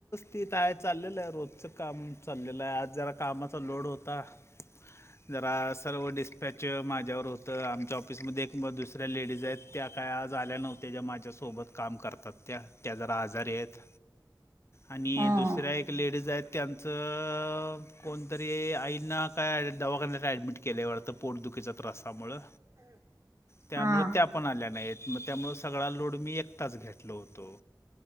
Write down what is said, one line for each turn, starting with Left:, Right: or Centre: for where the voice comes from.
Left: तिथ आहे चाललेलं आहे रोजचं काम चाललेलं आहे आज जरा कामाचा लोड होता जरा सर्व डिस्पॅच माझ्यावर होतं आमच्या ऑफिसमध्ये एक म दुसऱ्या लेडीज आहेत त्या काय आज आल्या नव्हत्या ज्या माझ्यासोबत काम करतात त्या त्या जरा आजारी आहेत आणि
Right: हा
Left: दुसऱ्या
Right: हा.
Left: एक लेडीज आहेत त्यां कोणतरी आईंना काय ॲ दवाखान्या काय ॲडमिट केल्यावरत पोटदुखीचा त्रासामुळे त्यामुळे
Right: हा
Left: त्या पण आल्या नाहीत मग त्यामुळ सगळा लोड मी एकताच घेतलो होतो